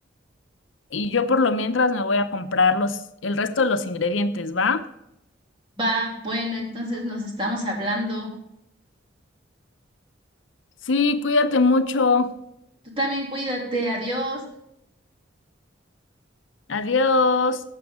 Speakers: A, on the left (about 80°); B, on the right (about 25°).
A: y yo por lo mientras me voy a comprar los, el resto de los ingredientes, ¿va?
B: Va, bueno, entonces nos estamos hablando.
A: Sí, cuídate mucho.
B: Tú también cuídate, adiós.
A: Adiós.